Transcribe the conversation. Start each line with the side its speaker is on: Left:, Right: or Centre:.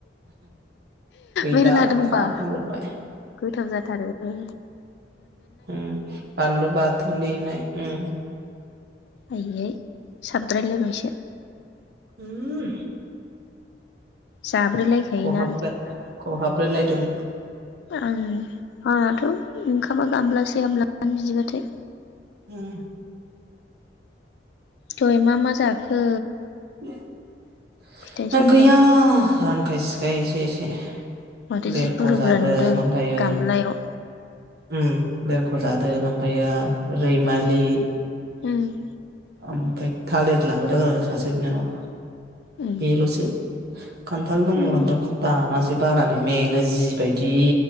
Right: गैला
Left: मेरला दंबा
Right: जाखांजोब्बाय
Left: गोथाव जाथारो ओ
Right: उ बानलु बा थोन देनाय उम
Left: आयै साबद्राय लायबायसो।
Right: उम।
Left: जाब्रैलायखायोना
Right: खहाब खहाबब्रेलाय दों
Left: उम उम। थ ओंखामा गामब्लासे हाबलां बिदिबाथाय।
Right: उम।
Left: दहाय मा मा जाखो।
Right: <inaudible>
Left: फिथाइ सामथाइ
Right: ओ गैया। रानखाय सिखाय एसे एसे।
Left: माथो
Right: लेरख'
Left: जि बुरजा
Right: जादों
Left: बुरजा नुदों
Right: ओमफ्रायो
Left: गामलायाव।
Right: उम लेरख' जादों ओमफ्रायो रैमालि।
Left: ऊम
Right: ओमफ्राय थालिर लाबोदों आरो सासे बिनानावआ।
Left: उम
Right: बेल'सो। <inaudible> खान्थाल दंमोन
Left: उम
Right: खान्थालाखौ दानासै। बानानै मेङो जिबायदि।